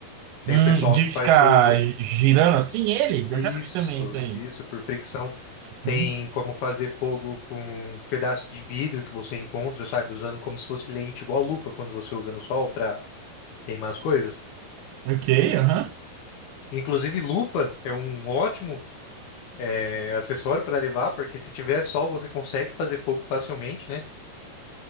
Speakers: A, on the left; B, on the right.
A: tem
B: Hum,
A: o pessoal
B: de
A: que
B: ficar
A: faz fogo.
B: gi- girando assim ele?
A: Isso,
B: Eu já vi também isso aí.
A: isso, por fricção. Tem
B: Uhum.
A: como fazer fogo com um pedaço de vidro que você encontra, sabe? Usando como se fosse lente, igual lupa quando você usa no sol para queimar as coisas.
B: Ok, aham.
A: Inclusive, lupa é um ótimo é, acessório para levar, porque se tiver sol você consegue fazer fogo facilmente, né?